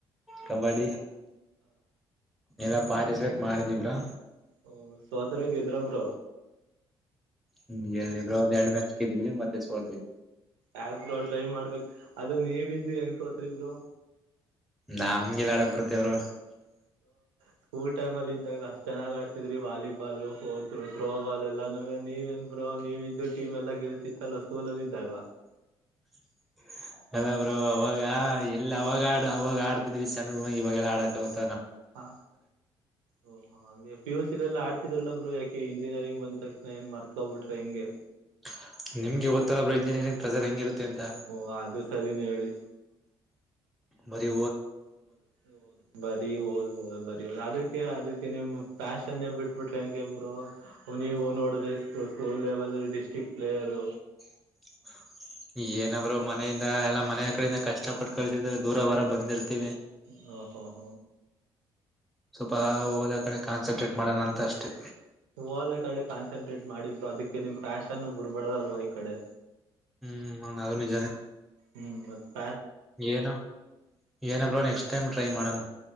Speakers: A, in the centre; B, on the right.
A: ಕಬಡ್ಡಿ ಎಲ್ಲ ಪಾರ್ಟಿಸಿಪೇಟ್ ಮಾಡಿದಿವ್ರಾ
B: ಹ ಸಥರ ಗೇದ್ರಾಮ್ರ
A: ಹ್ಮ್ ಎಲ್ಲಿ ಇಬ್್ರ ಒಂದು ಎರಡು ಮ್ಯಾಚ್ ಕಿದ್ವಿ ಮತ್ತೆ ಸೋದವಿ
B: ಯಾಕ್ಬ್ರೋ ಟ್ರೈ ಮಾಡ್ಬೇಕಕ್ ಅದು ನೀವ ಇದಿದ್ದು ಹೆಂಗ ತೋತ್ರಿಿಬ್ರರು
A: ನಮ್ ಗಗೆಿಲ್ಲಾಡಕ್ ಬರುತ್ತೆವ್ರು
B: ಸ್ಕೂಲ್ ಟೈಮ್ ಅಲ್ಲಿ ಇದ್ದಾಗ ಅಷ್ಟ್ ಚೆನ್ನಾಗ್ ಆಡ್ತಿದ್ರಿ ವಾಲಿಬಾಲ್ ಓತ್ರೋ ಥತ್ರೋ ಬಾಲ್ ಎಲ್ಲ ನೆ ನೀವ ಏನ್ ಬೋ ನೀವ ಇದ್ದು ಟೀಮ್ ಎಲ್ಲ ಗೆಲ್ಸಿತ್ತ ಅಲ್ವ ಸ್ಕೂಲದ ಇದಾಗ
A: <inaudible> ಅಲ್ಲಬ್ರು ಅವಾಗ ಎಲ್ಲ ಅವಾಗ ಆಡ್ ಅವಾಗ ಆಡ್ತಿದ್ವಿ ಸಣ್ಣನ ಇವಾಗೆಲ್ಲ ಆಡಕಾಗುತ್ತೆ
B: ಹಾ ಓ ಹಾಗೆ ಪಿಯುಸಲೆ ಎಲ್ಲ ಆಡ್ ಿದ್ರಲ್ಲಬ್್ರರು ಯಾಕೆ ಇಂಜಿನಿಯರಿಂಗ್ ಬಂದ ತಕ್ಷನ ಏನ್ ಮಾಡತಕೋಬ ಬಿಟ್ರೆ ಹೆಂಗೆ
A: ಹ <inaudible> ನಿಮ್ಗೆ ಗೊತ್ತಲ್ಲ ಬ್ರ ಇಂಜಿನಿಯರಿಂಗ್ ಪ್ರಜರ್ ಹೆಂಗಿರುತ್ತೆ ಅಂತ
B: ಓ ಅದು ಸರಿನೇ ಹೇಳಿ
A: <inaudible> ಬರಿ
B: ಹೌದು್ ಬರಿ ಹಓದ ಹದು ಬರ ಹದು ಅದಕ್ಕೆ ಅದ ನಿಮ್ ಪ್ಯಾಷನ್ೇ ಬಿಟ್ಬಿಟ್ರೆ ಹೆಂಗೆ ಇಬ್ರು ನೀವು ನೋಡ ಸ್ಕೂಲ್ ಲೆವೆಲ್ ಡಿಸ್ಟ್ರಿಕ್ ಪೆಲ್ಲಹರ್
A: ಹ ಏನಾದ್ರು ಮನೆಯಿಂದ ಎಲ್ಲಾ ಮನೆಯ ಕಡಿಂದ ಕಷ್ಟ ಪಟ್ಟ ಕಳಸಿದ್ರ ದೂರ ವರ ಬಂದಿರ್ತಿೀವಿ
B: ಹ ಹ ಹ
A: ಸ್ವಲ್ಪ ಹೋದ ಕಡೆ ಕಾನ್ಸಂಟ್ರೇಟ್ ಮಾಡೋಣ ಅಂತ ಅಷ್ಟೇ
B: ಓದ ಕಡೆ ಕಾನ್ಸಂಟ್ರೇಟ್ ಮಾಡಿ ಅದಕ್ಕೆ ನಿಮ್ ಪಫ್ಯಾಶನ್ ಬಿಡ್ಬಾರಡ್ದಲ್ವಾ ಈ ಕಡೆ
A: ಹ್ಮ್ ಹ ಅದು ನಿಜಾನೇ
B: ಹ್ಮ್ ಮತ್ತೆ
A: ಏನ ಏನ ಬ್ರೋ ನೆಕ್ಸ್ಟ್ ಟೈಮ್ ಟ್ರೈ ಮಾಡೋಣ